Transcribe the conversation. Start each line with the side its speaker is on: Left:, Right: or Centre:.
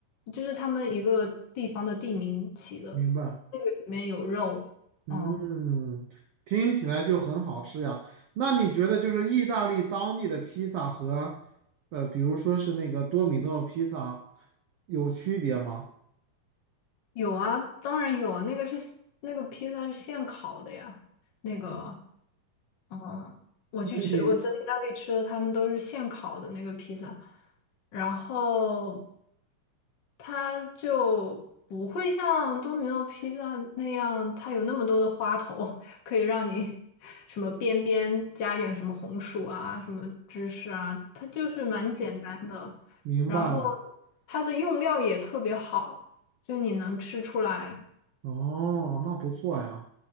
Left: 就是他们一个地方的地名起的，
Right: 明白，
Left: 那个里面有肉，
Right: 嗯，
Left: 嗯
Right: 听起来就很好吃呀。那你觉得就是意大利当地的披萨和呃，比如说是那个多米诺披萨有区别吗？
Left: 有啊，当然有啊，那个是那个披萨是现烤的呀，那个。嗯，我去吃，
Right: 那你
Left: 我在意大利吃的，他们都是现烤的那个披萨，然后它就不会像多米诺披萨那样，它有那么多的花头，可以让你什么边边加一点什么红薯啊，什么芝士啊，它就是蛮简单的，
Right: 明白了，
Left: 然后它的用料也特别好，就你能吃出来。
Right: 哦，那不错呀，